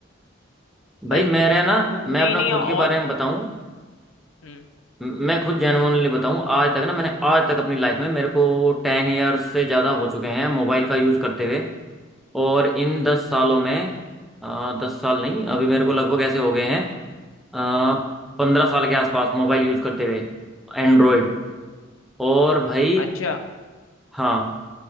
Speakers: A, in the centre; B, on the left.
A: भाई
B: भाई
A: मेरा ना
B: तुमने
A: मैं अपना
B: ही नहीं
A: खुद
B: और
A: के बारे में बताऊं
B: हम्म
A: मैं खुद जेनुअनली बताऊं आज तक ना मैंने आज तक अपनी लाइफ में मेरे को टेन इयर्स से ज़्यादा हो चुके हैं मोबाइल का यूज़ करते हुए और इन दस सालों में आ, दस साल नहीं अभी मेरे को लगभग ऐसे हो गए हैं आ, पंद्रह साल के आसपास मोबाइल यूज़ करते हुए एंड्रॉयड और भाई
B: अच्छा
A: हाँ